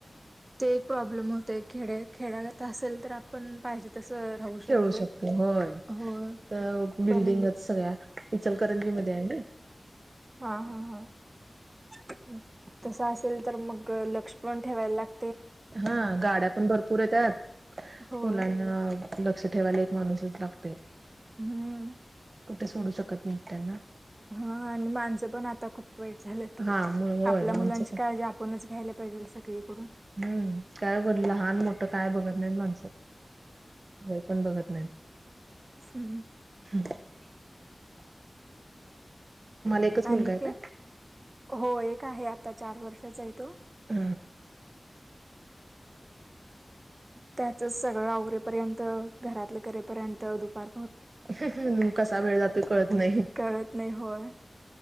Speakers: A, on the right; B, on the right.
A: ते एक प्रॉब्लेम होतय, खेडे खेडयात असेल तर आपण पाहिजे तसं राहू
B: खेळू
A: शकतोय.
B: शकतो, होय,
A: होय,
B: इथ बिल्डिंगच
A: पण
B: सगळ्या इचलकरंजी मध्ये हाय मी
A: हा, हा, हा, हम्म तसं असेल तर मग लक्ष पण ठेवायला लागत.
B: हा गाड्या पण भरपूर आहे त्यात
A: होय.
B: मुलांना लक्ष ठेवायला एक माणूस लागतय
A: हम्म
B: कुठे, सोडू शकत नाहीत त्यांना.
A: हा आणि माणसं पण आता खूप वाईट झालेत
B: हा मु होय
A: आपल्या
B: माणसं
A: मुलांची
B: पण
A: काळजी आपणच घ्यायला पाहिजे सगळी कडून.
B: हम्म, काय बर लहान मोठं काय बघत नाय माणसं, वय पण बघत नायत.
A: हम्म, ह
B: ह <inaudible> एकच मुलगा
A: आणि
B: आहे
A: काय आहे. हो एक आहे आता चार वर्षाचा आहे तो. <unintelligible>
B: का
A: त्याचच सगळं आवरवरेपर्यंत घरातलं करेपर्यंत दुपार
B: ह कसा वेळ जातो कळत नाही
A: कळत नाही होय,